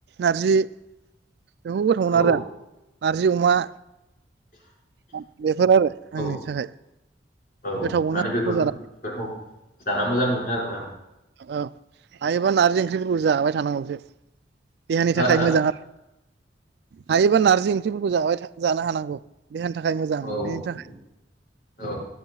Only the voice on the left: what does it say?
औ
औ
औ
माने बेफोरखौ
गोथाव जाना मोजां मोनो आरोना
हो
हो औ
औ